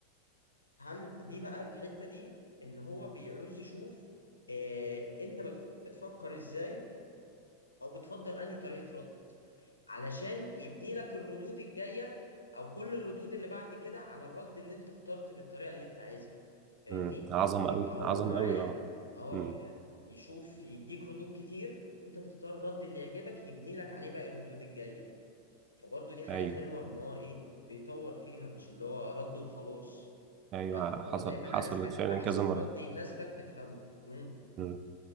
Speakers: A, on the left; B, on the right.
A: هل دي بقى الحتة دي ان هو بيعوز يشوف اه انت بت- بتفكر ازاي او بتفضل انهي طريقة رد علشان يبني لك الردود الجاية او كل الردود اللي بعد كده على الرد اللي انت اخترت بالطريقة اللي انت عايزها فاهمني
B: امم عظمه
A: يبقى
B: قوي
A: هو
B: عظمه
A: معاه
B: قوي اه
A: اه
B: امم
A: يعني يشوف يديك ردود كتير وانت تختار الرد اللي يعجبك يبني لك عليه بقى الردود الجاية فبرضه دي حاجة
B: ايوه
A: حلوة ان هو ايه بيطور فيها مش اللي هو رد وخلاص
B: ايوه
A: لا هو
B: حصل
A: دايما
B: حصلت
A: عايز لك
B: فعلا
A: احسن
B: كذا مره
A: رد يناسبك تفهمه امم
B: امم